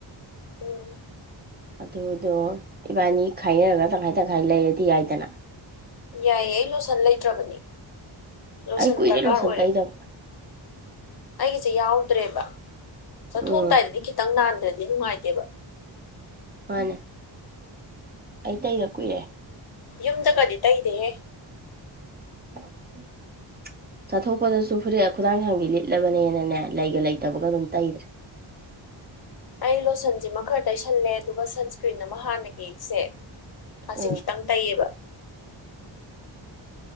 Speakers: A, on the left (about 55°); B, on the right (about 25°).
A: ꯎꯝ
B: ꯑꯗꯨꯗꯣ ꯏꯕꯥꯅꯤ ꯈꯥꯏꯅꯔꯒ ꯇꯪꯈꯥꯏ ꯇꯪꯈꯥꯏ ꯂꯩꯔꯗꯤ ꯌꯥꯏꯗꯅ
A: ꯌꯥꯏꯌꯦ ꯑꯩ ꯂꯣꯁꯟ ꯂꯩꯇ꯭ꯔꯕꯅꯤ ꯂꯣꯁꯟ
B: ꯑꯩ ꯀꯨꯏꯔꯦ
A: ꯗꯔꯀꯥꯔ
B: ꯂꯣꯁꯟ
A: ꯑꯣꯏꯔꯦ
B: ꯇꯩꯗꯕ
A: ꯑꯩꯒꯤꯁꯦ ꯌꯥꯎꯗ꯭ꯔꯦꯕ ꯆꯠꯊꯣꯛꯑꯝꯗꯥꯏꯗꯗꯤ
B: ꯎꯝ
A: ꯈꯤꯇꯪ ꯅꯥꯟꯗ꯭ꯔꯗꯤ ꯅꯨꯡꯉꯥꯏꯇꯦꯕ
B: ꯃꯥꯅꯦ ꯑꯩꯇꯩꯒ ꯀꯨꯏꯔꯦ <unintelligible>
A: ꯌꯨꯝꯗ ꯀꯗꯤ ꯇꯩꯗꯦꯍꯦ
B: ꯎꯝ ꯎꯝ <inaudible> ꯆꯥꯊꯣꯛꯄꯗꯁꯨ ꯐꯨꯔꯤꯠ ꯈꯨꯗꯥꯡ ꯍꯥꯡꯕꯤ ꯂꯤꯠꯂꯕꯅꯦꯅꯅꯦ ꯂꯩꯒ ꯂꯩꯇꯕꯒ ꯑꯗꯨꯝ ꯇꯩꯗ꯭ꯔꯦ꯫ <inaudible>
A: ꯑꯩ ꯂꯣꯁꯟꯁꯤꯃ ꯈꯔ ꯇꯩꯁꯜꯂꯦ ꯑꯗꯨꯒ ꯁꯟꯁꯀ꯭ꯔꯤꯟ ꯑꯃ ꯍꯥꯟꯅꯒꯤꯁꯦ ꯑꯁꯤ
B: ꯎꯝ
A: ꯈꯤꯇꯪ ꯇꯩꯌꯦꯕ